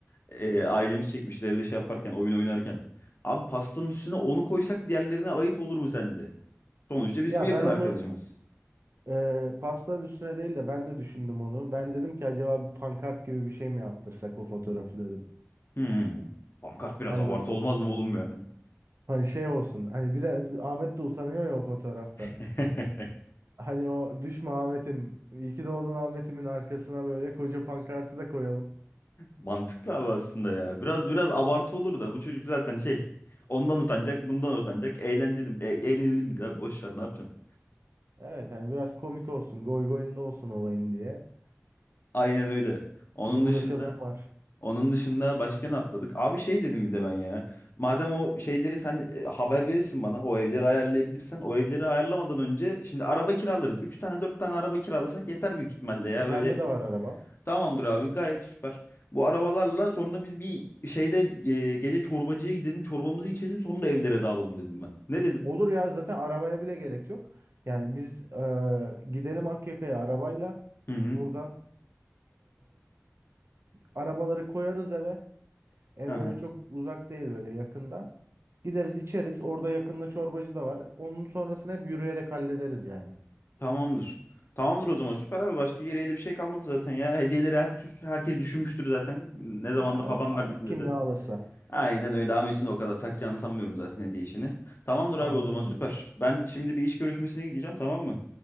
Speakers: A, on the left; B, on the right.
A: e, ailemiz çekmişti evde şey yaparken, oyun oynarken. Abi pastanın üstüne onu koysak diğerlerine ayıp olur mu sence? Sonuçta bizim
B: Ya
A: yakın
B: ben onu
A: arkadaşımız.
B: Ee, pastanın üstüne değil de ben de düşündüm onu. Ben dedim ki acaba bir pankart gibi bir şey mi yaptırsak o fotoğrafı dedim.
A: Hmm. Pankart biraz
B: Hani
A: abartı
B: böyle,
A: olmaz mı oğlum ya?
B: hani şey olsun. Hani biraz Ahmet de utanıyor ya o fotoğraftan.
A: <laughs>
B: Hani o düşme Ahmet'im, iyi ki doğdun Ahmet'imin arkasına böyle koca pankartı da koyalım.
A: Mantıklı abi aslında ya. Biraz biraz abartı olur da bu çocuk zaten şey. Ondan utanacak, bundan utanacak. Eğlenceli, e- eğlenelim biz abi. Boş ver, ne yapacaksın?
B: Evet hani biraz komik olsun, goy goyunda olsun olayın diye.
A: Aynen öyle. Onun
B: Bir uğraşasım
A: dışında
B: var.
A: onun dışında başka ne atladık? Abi şey dedim bir de ben ya. Madem o şeyleri sen e, haber verirsin bana. O evleri ayarlayabilirsen. O evleri ayarlamadan önce şimdi araba kiralarız. 3 tane 4 tane araba kiralasak yeter büyük ihtimalle ya.
B: Bende
A: Böyle
B: de var araba.
A: Tamamdır abi gayet süper. Bu arabalarla sonra biz bir şeyde e, gece çorbacıya gidelim çorbamızı içelim sonra evlere dağılalım dedim ben. Ne dedin?
B: Olur ya zaten arabaya bile gerek yok. Yani biz e, gidelim Akyaka'ya arabayla
A: Hı hı.
B: buradan. Arabaları koyarız eve. Ev
A: Hı
B: öyle
A: hı.
B: çok uzak değil böyle yakında. Gideriz içeriz. Orada yakında çorbacı da var. Onun sonrasını hep yürüyerek hallederiz yani.
A: Tamamdır. Tamamdır o zaman süper abi başka geriye de bir şey kalmadı zaten ya. Hediyeleri her, herkes düşünmüştür zaten. Ne zamandır
B: Ya
A: haber
B: o Tamam
A: verdik
B: artık tamam.
A: millete.
B: kim ne alırsa.
A: Aynen öyle Ames'in de o kadar takacağını sanmıyorum zaten hediye işini. Tamamdır abi
B: Aynen
A: o zaman
B: öyle.
A: süper. Ben şimdi bir iş görüşmesine gideceğim tamam mı?